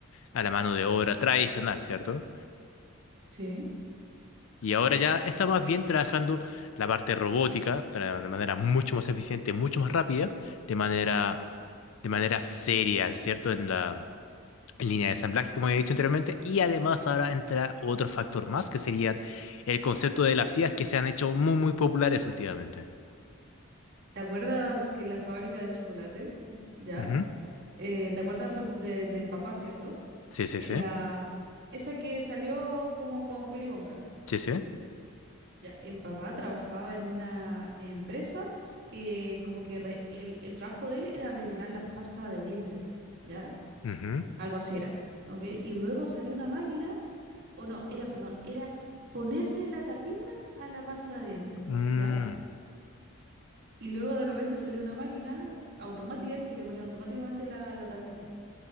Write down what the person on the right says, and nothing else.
Sí.
¿Te acuerdas que la fábrica de chocolate? Ya.
Eh, ¿te acuerdas al- de- del papá, cierto?
En
la... Esa que salió como con Willy Wonka.
Ya, el papá trabajaba en una empresa que como que re- el, el trabajo de él era rellenar la pasta de dientes, ¿ya?
Algo así era, ¿ok? Y luego salió una máquina O no, era, perdón, era ponerle la tapita a la pasta de dientes,
¿ya? Y luego de repente salió una máquina automática que le ponía automáticamente la, la tapita,